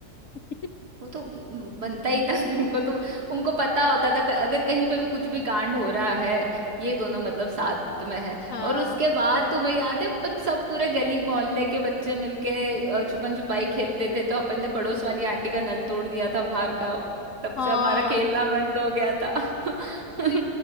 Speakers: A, on the left (about 55°); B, on the right (about 60°).
A: <laughs>
B: वो तो म- बनता ही था तुमको तुम उनको पता होता था क- अगर कहीं पे भी कुछ भी कांड हो रहा है ये दोनों मतलब साथ में है
A: हाँ
B: और उसके बाद तुम्हें याद है अपन सब पूरे गली मोहल्ले के बच्चे मिलके अ, छुपन छुपाई खेलते थे तो अपन ने पड़ोस वाली आंटी का नल तोड़ दिया था बाहर का तब
A: हाँ
B: से हमारा खेलना बंद हो गया था <laughs>
A: अरे